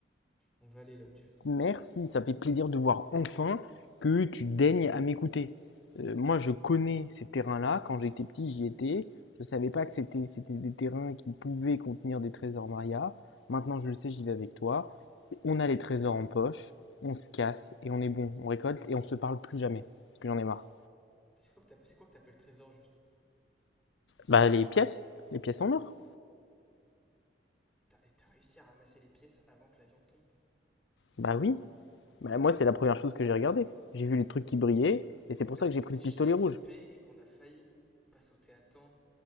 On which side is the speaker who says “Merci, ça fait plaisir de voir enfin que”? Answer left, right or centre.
Left